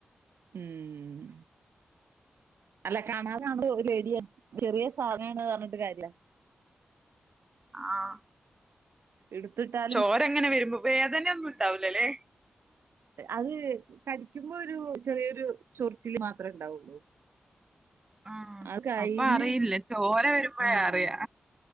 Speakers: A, on the right; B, on the right.
A: ഉം അല്ല കാണാതാമ്പോ ഒര് <unintelligible> ചെറിയ സാധനാണ്ർഞ്ഞ്ട്ട് കാര്യല്ല
B: ആഹ്
A: ഇട്ത്ത്ട്ടാ
B: ചോരങ്ങനെ വെരുമ്പോ വേദെന്യൊന്നും ണ്ടാവ്‌ലലേ
A: അത് കടിയ്ക്ക്മ്പാെരു ചെറിയൊരു ചൊറ്ച്ചില് മാത്രേണ്ടാവാെള്ളൂ
B: ആ
A: അത് കയ്ഞ്ഞ്
B: അപ്പൊ അറിയില്ല ചോര വരുമ്പോഴേ
A: ആഹ്
B: അറിയാ